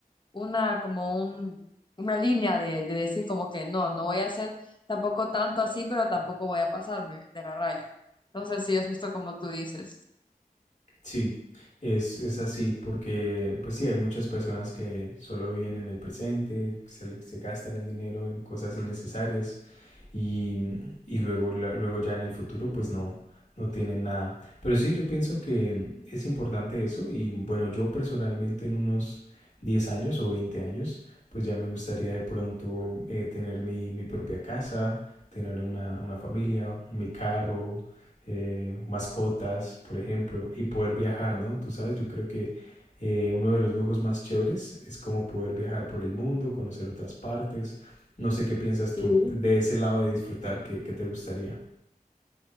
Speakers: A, on the left; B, on the left.
A: una como un, una línea de, de decir como que no, no voy a hacer tampoco tanto así, pero tampoco voy a pasarme de la raya. Entonces sí, es justo como tú dices.
B: Sí, es, es así, porque pues sí, hay muchas personas que solo viven en el presente, que se, le- se gastan el dinero en cosas innecesarias y, y luego, la- luego ya en el futuro pues no, no tienen nada. Pero sí, yo pienso que es importante eso y bueno, yo personalmente en unos 10 años o 20 años pues ya me gustaría de pronto eh, tener mi, mi propia casa, tener una, una familia, mi carro eh, mascotas, por ejemplo, y poder viajar, ¿no? Tú sabes, yo creo que eh, uno de los lujos más chéveres es como poder viajar por el mundo, conocer otras partes. No sé qué piensas tú
A: Sí.
B: de ese lado de disfrutar, ¿qué, qué te gustaría?